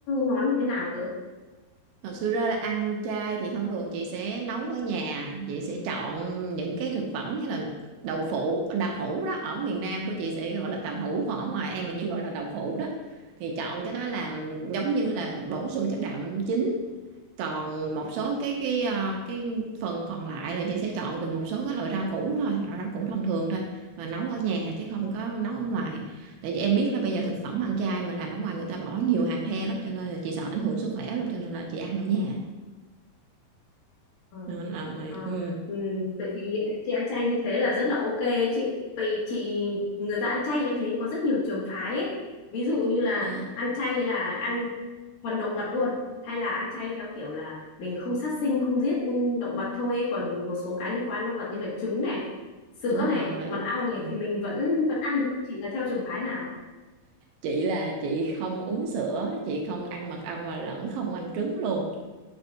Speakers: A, on the left; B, on the right.
A: món như thế nào
B: thật sự ra là ăn chay thì thông thường chị sẽ nấu ở nhà chị sẽ chọn những cái thực phẩm như là đậu phụ đào hũ đó ở miền Nam của chị sẽ gọi là tàu hũ còn ở ngoài em là như gọi là đậu phụ đó thì chọn cái đó làm giống như
A: cơ?
B: là bổ sung chất đạm chính còn một số cái cái ờ, cái phần còn lại là chị sẽ chọn từ một số cái loại rau củ thôi loại rau củ thông thường thôi và nấu ở nhà chứ không có nấu ở ngoài tại vì em biết là bây giờ thực phẩm ăn chay mà làm ở ngoài người ta bỏ nhiều hàng the lắm cho nên là chị sợ ảnh hưởng sức khỏe lắm cho nên là chị ăn ở nhà
A: Ờ,
B: nên là mày
A: ờ,
B: ừ
A: ừ, Vậy thì chị ăn chay như thế là rất là ok ấy chị. Vậy chị người ta ăn chay em thấy có rất nhiều trường phái ấy. Ví dụ như là
B: à
A: ăn chay là ăn thuần động vật luôn hay là ăn chay theo kiểu là mình không sát sinh, không giết ừ, động vật thôi ấy. Còn một số cái liên quan đến động vật như là trứng này, sữa
B: đúng
A: này,
B: rồi
A: mật ong
B: ừ.
A: này thì mình vẫn vẫn ăn được. Chị là theo trường phái nào?
B: chị là chị không uống sữa chị không ăn mật ong và lẫn không ăn trứng luôn